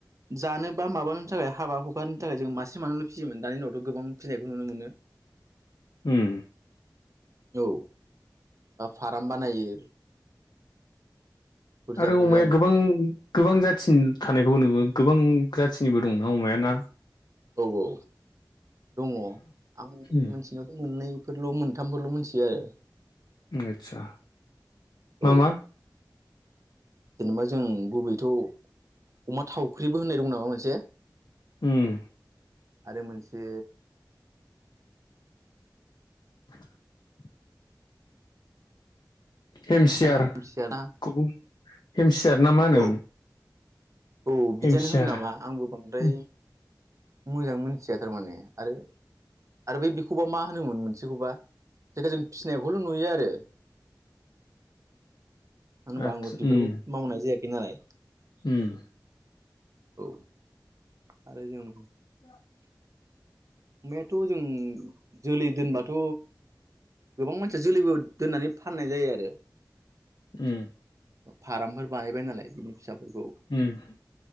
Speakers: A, on the right; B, on the left.
A: जानो बा माबानो नि थाखाय हाबा हुखनि थाखाय जों मासे मानैल' फिसियोमोन दानि उनावथ' गोबां फिनायखौ नुनो मोनो
B: उम
A: औ बा फार्म बानायो बुरजा
B: आरो
A: बुरजानो
B: अमाया गोबां गोबां जाथिनि थानायखौबो नुबो गोबां जाथिनिबो दंना अमायाना
A: औ औ दङ आं
B: उम
A: मोनथिनायावथ' मोननै फोरल' मोनथामफोरल' मिथियो आरो
B: आतसा मा
A: औ
B: मा
A: जेनेबा जों गुबैथ' अमा थावख्रिबो होननाय दं नामा मोनसे
B: उम
A: आरो मोनसे
B: <inaudible> हेमसियारखौ
A: आरो मिथियाना
B: हेमसियार ना मा होनोमोन
A: औ औ बिदियानो
B: हेमसियार
A: होनो नामा आंबो बांद्राय
B: उम
A: मोजां मिथिया थारमाने आरो आरो बै बिखौबा मा होनोमोन मोनसेखौबा जेख जों फिसिनायखौल' नुयो आरो
B: <inaudible>
A: मानो होनबा
B: आदसा
A: आंबो बेफोरखौ
B: उम
A: मावनाय जायाखै नालाय
B: उम
A: औ आरो जों
B: औ
A: अमायाथ' जों जोलै दोनबाथ' गोबां मानसिया जोलैबो दोननानै फाननाय जायो आरो
B: उम
A: फार्मफोर बानायबाय नालाय बिनि फिसाफोरखौ
B: उम